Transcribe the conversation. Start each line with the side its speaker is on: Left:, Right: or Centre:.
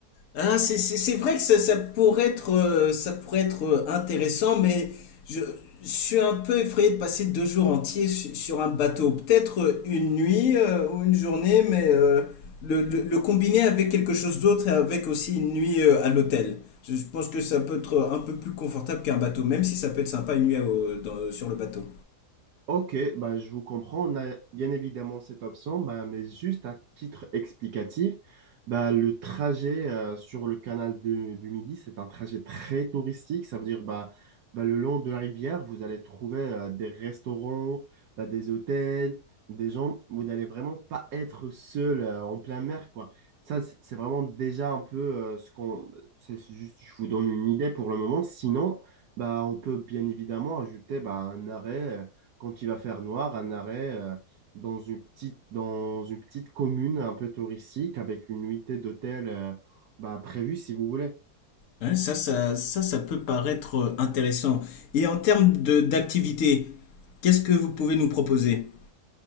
Left: Ah, c'est c'est- c'est vrai que ça, ça pourrait être, euh, ça pourrait être euh, intéressant, mais je, je suis un peu effrayé de passer deux jours entiers su- sur un bateau. Peut-être euh, une nuit euh, ou une journée, mais euh, le, le- le combiner avec quelque chose d'autre et avec aussi une nuit euh, à l'hôtel. Je je pense que ça peut être un peu plus confortable qu'un bateau, même si ça peut être sympa une nuit au- dans- sur le bateau.
Right: Ok, bah, je vous comprends. On a bien évidemment cette option, bah, mais juste à titre explicatif, bah, le trajet euh, sur le canal de- du Midi, c'est un trajet très touristique. Ça veut dire bah, bah, le long de la rivière, vous allez trouver euh, des restaurants, bah, des hôtels, des gens. Vous n'allez vraiment pas être seul euh, en plein mer, quoi. Ça, c'est c'est vraiment déjà un peu euh, ce qu'on. C'est juste, je vous donne une idée pour le moment. Sinon, bah, on peut bien évidemment ajouter bah, un arrêt. euh, quand il va faire noir, un arrêt euh, dans une petite, dans une petite commune un peu touristique avec une nuitée d'hôtel euh, bah, prévue si vous voulez.
Left: Hein, ça, ça, ça, ça peut paraître euh, intéressant. Et en termes de d'activité, qu'est-ce que vous pouvez nous proposer?